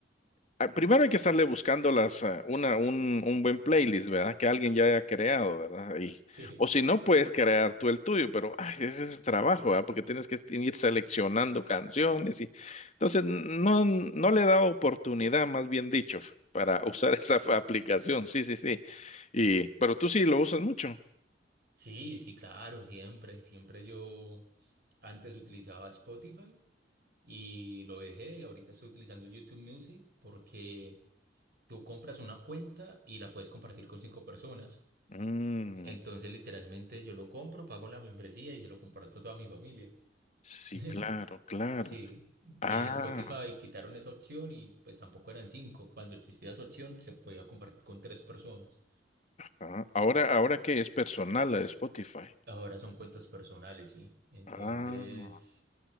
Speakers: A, on the left; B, on the right.
A: ah, primero hay que estarle buscando las, ah, una, un, un buen playlist, ¿verdad? Que alguien ya haya creado, ¿verdad? Y,
B: Sí.
A: o si no, puedes crear tú el tuyo, pero ay, ese es el trabajo, ¿verdad? Porque tienes que ir seleccionando canciones y entonces no, no le he dado oportunidad, más bien dicho, para usar esa <laughs> aplicación. Sí, sí, sí. Y, pero tú sí lo usas mucho.
B: Sí, sí, claro, siempre, siempre yo antes utilizaba Spotify y lo dejé, ahorita estoy utilizando YouTube Music porque tú compras una cuenta y la puedes compartir con cinco personas.
A: Mm,
B: Entonces, literalmente yo lo compro, pago la membresía y se lo comparto a toda mi familia.
A: sí,
B: <laughs>
A: claro, claro.
B: Sí,
A: Ah,
B: y en Spotify quitaron esa opción y pues tampoco eran cinco. Cuando existía esa opción se podía compartir con tres personas.
A: ah, ahora, ahora que es personal la de Spotify.
B: Ahora son cuentas personales, sí. Entonces...
A: Ah,